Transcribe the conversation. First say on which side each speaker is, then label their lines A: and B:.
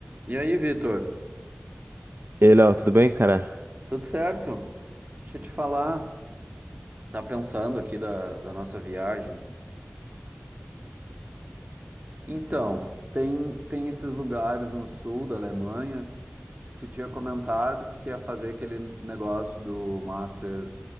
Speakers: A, on the right (about 40°); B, on the right (about 70°).
A: E aí, Vitor?
B: E aí, Léo, tudo bem, cara?
A: Tudo certo? Deixa eu te falar. Tá pensando aqui da, da nossa viagem? Então, tem, tem esses lugares no sul da Alemanha. Tu tinha comentado que ia fazer aquele negócio do Master